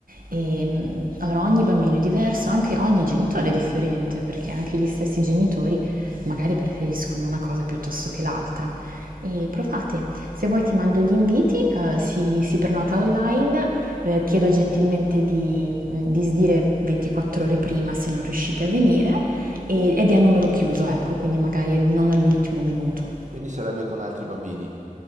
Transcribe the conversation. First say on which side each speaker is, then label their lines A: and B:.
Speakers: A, on the right; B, on the right.
A: e, mh, allora ogni bambino è diverso, anche ogni genitore è differente, perché anche gli stessi genitori magari preferiscono una cosa piuttosto che l'altra. E provate, se vuoi ti mando gli inviti, eh, si, si prenota online, eh, chiedo gentilmente di, mm, di sdire 24 ore prima se non riuscite a venire e- ed è a numero chiuso, ecco, quindi magari non all'ultimo minuto.
B: Quindi sarebbe con altri bambini.